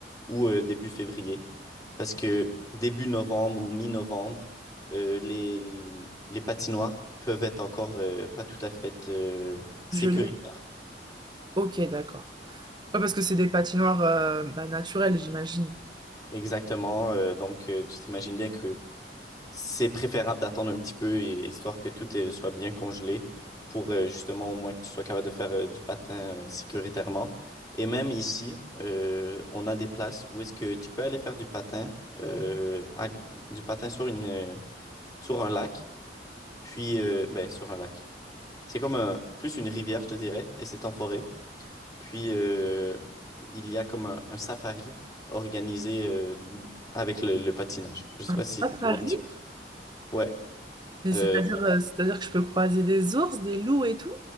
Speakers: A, on the left; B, on the right.
A: ou euh, début février. Parce que début novembre ou mi-novembre, euh, les, les patinoires peuvent être encore euh, pas tout à fait euh, sécuritaires.
B: Gelé? Ok, d'accord. Ouais, parce que c'est des patinoires euh, bah, naturelles, j'imagine.
A: Exactement. euh, donc, euh, tu t'imagines bien que C'est préférable d'attendre un petit peu, et- histoire que tout euh, soit bien congelé, pour euh, justement au moins que tu sois capable de faire euh, du patin euh, sécuritairement. Et même ici, euh, on a des places où est-ce que tu peux aller faire du patin, euh, à- du patin sur une, euh, sur un lac, puis euh, ben, sur un lac. C'est comme un, plus une rivière, je te dirais, et c'est en forêt. Puis euh, il y a comme un, un safari organisé euh, avec le, le patinage. Je sais
B: Hein,
A: pas si
B: c'est pas Paris,
A: tu vois un petit peu. Ouais.
B: mais c'est-à-dire
A: euh,
B: euh, c'est-à-dire que je peux croiser des ours, des loups et tout?